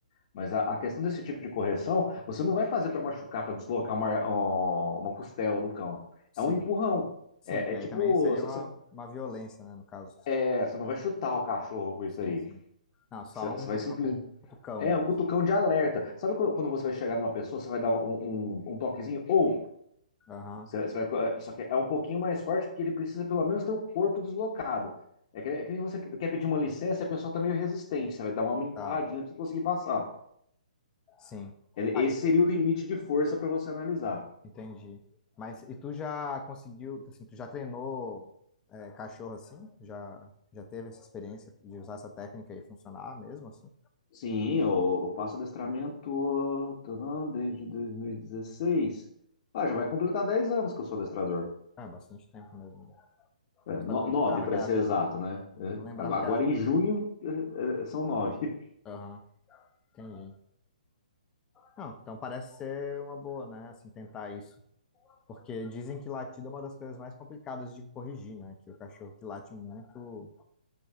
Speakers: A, on the left (about 45°); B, on the left (about 15°).
A: Mas a, a questão desse tipo de correção, você não vai fazer para machucar, para deslocar uma, ó, uma costela do cão.
B: sim.
A: É um empurrão.
B: Sim,
A: É,
B: porque
A: é tipo,
B: aí também seria
A: você
B: uma, uma violência, né, no caso.
A: é, você não vai chutar o cachorro com isso
B: Sim,
A: aí.
B: sim. Não, só
A: Você, você
B: um
A: vai
B: cutu-
A: simplesmente.
B: um cutucão,
A: É
B: né?
A: um cutucão de alerta. Sabe quando quando você vai chegar numa pessoa, você vai dar um, um- um toquezinho? Ou
B: Aham,
A: Você, você vai, é, só que é um pouquinho mais forte porque ele precisa pelo menos ter o corpo deslocado. É que, é que nem você quer pedir uma licença e a pessoa está meio resistente. Você vai dar uma empurradinha
B: tá,
A: para você conseguir passar.
B: sim.
A: É-
B: Ah,
A: Esse
B: e-
A: seria o limite de força para você analisar.
B: entendi. Mas e tu já conseguiu, assim, tu já treinou é, cachorro assim? Já, já teve essa experiência de usar essa técnica e funcionar mesmo, assim?
A: Sim, eu, eu faço adestramento tô não, desde 2016. Ah, já vai completar 10 anos que eu sou adestrador.
B: É, bastante tempo mesmo. né?
A: É,
B: Não
A: no,
B: sabia, não
A: 9
B: lembrava
A: para
B: que era,
A: ser exato, né? É,
B: não lembrava
A: agora
B: que
A: agora
B: era.
A: em junho é, é, são nove
B: Aham, entendi. Não, então parece ser uma boa, né? Assim, tentar isso. Porque dizem que latido é uma das coisas mais complicadas de corrigir, né? Que o cachorro que late muito,